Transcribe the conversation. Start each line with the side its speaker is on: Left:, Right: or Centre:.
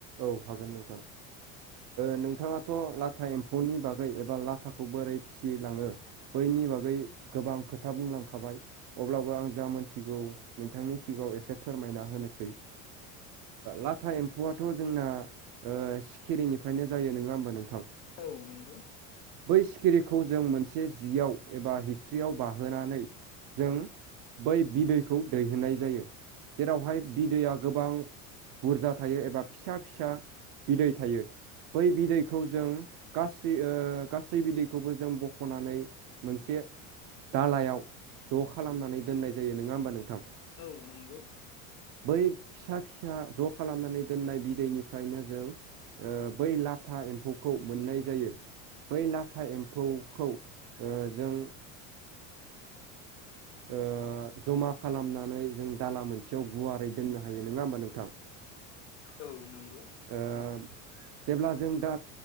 Right: औ हागोन नोंथां। नोंथाङाथ' लाथा एम्फौनि बागै एबा लाथाखौ बोरै फिसिलाङो बैनि बागै गोबां खोथा बुंलांखाबाय अब्लाबो आं जा मोनथिगौ नोंथांनि सिगाङाव एसे फोरमायना होनोसै लाथा एम्फौवा थ' जोंना सिखिरिनिफ्रायनो जायो नोङा होमबा नोंथां
Left: औ नंगौ
Right: बै सिखिरिखौ जों मोनसे जियाव एबा हिसरियाव बाहोनानै जों बै बिदैखौ दैहोनाय जायो जेरावहाय बिदैआ गोबां बुरजा थायो एबा फिसा फिसा बिदै थायो बै बिदैखौ जों गासै गासै बिदैखौबो जों बख'नानै मोनसे दालायाव ज' खालामनानै दोननाय जायो नङा होमबा नोंथां
Left: औ नंगौ
Right: बै फिसा फिसा ज' खालामनानै दोननाय बिदैनिफ्रायनो जों बै लाथा एम्फौखौ मोननाय जायो बै लाथा एम्फौखौ जों ओ जमा खालामनानै जों दाला मोनसेयाव गुवारै दोननो हायो नङा होमबा नोंथां
Left: औ नंगौ
Right: ओ जेब्ला जों दा